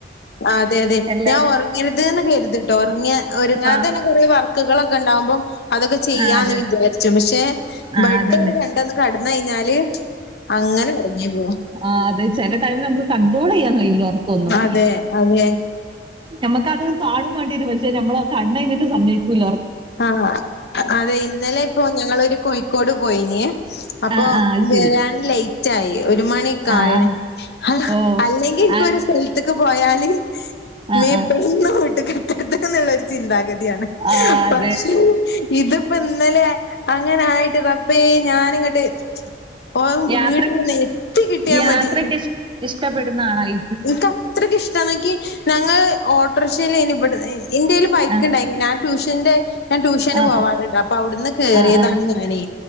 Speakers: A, on the left; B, on the right.
A: അതെ അതെ
B: എല്ലാരും
A: ഞാൻ ഒറങ്ങിരതന്ന് കരുതിട്ടോ ഒറങ്ങിയാ ഒരുങ്ങാതെ
B: ആഹ്
A: തന്നെ കുറേ വർ കികളെക്കെ ഒണ്ടാവുമ്പം അതൊക്കെ ചെയ്യാമെന്ന്
B: ആഹ് അതെ
A: വിചാരിച്ചു പക്ഷെ
B: ആഹ്
A: ബ്രെഡുകൾ
B: അതന്നെ
A: കണ്ടെന്ന് ക കെടന്ന് കഴിഞ്ഞാല് അങ്ങനെ എറങ്ങി പോവും
B: ആ അത് ചെല ടൈമിൽ നമുക്ക് കണ്ട്രോൾ ചെയ്യാൻ കയ്യൂല ഒർക്കൊന്നും
A: അതെ അതെ
B: നമ്മക്കത് കാണും വേണ്ടിരും പക്ഷെ നമ്മ കണ്ണയിനെട്ടേ സമ്മെയ്യിക്കൂല്ല
A: ആ അതെ ഇന്നലെയിപ്പോ ഞങ്ങളൊരു കൊയ് കോയിക്കോട് പോയിനെ അപ്പൊ
B: ആഹ് ആഹ് അത്
A: വരാൻ
B: ശരി
A: ലേറ്റ് ആയി ഒരു മണി കായണ്
B: ആഹ് ആഹ്
A: അള്ള
B: ഓഹ്
A: അല്ലെങ്കി
B: ആഹ്
A: ഒ രു സ്ഥലത്തക്ക് പോയാല്
B: ആഹ്
A: മീ ഇപ്പഴണ്
B: ആഹ് ആഹ്
A: വീട്ട് <unintelligible> കിട്ടത് എന്നുള്ള ഒരു ചിന്താഗതിയാണ്
B: ആഹ്
A: അക്ഷോ ഇതിപ്പോ ന്നലെ അങ്ങനായിട്ട് റബ്ബേ ഞാനങ്ങട്ട് ഔ
B: യാത്ര
A: വീട്ടിൽ എത്തി കിട്ടിയാ
B: യാത്രക്കെ
A: മതി
B: ഇഷ് ഇഷ്ടപ്പെടുന്ന ആളായി
A: ഇനിക്കത്രക്ക് ഇഷ്ടന്നെക്ക് ഞങ്ങള് ഓട്ടോറിക്ഷലെന് ഇവ്ട്ന്ന് ഇന്റേൽ ബൈക്ക്ണ്ടയ്ൻ
B: ആഹ്
A: ഞാൻ ട്യൂഷന്റെ ഞാൻ ട്യൂഷന്
B: ആഹ്
A: പോവാറുണ്ട് അപ്പൊ അവിടുന്ന് കേറിയതാണ്
B: ആഹ് ആഹ്
A: ഞാനേ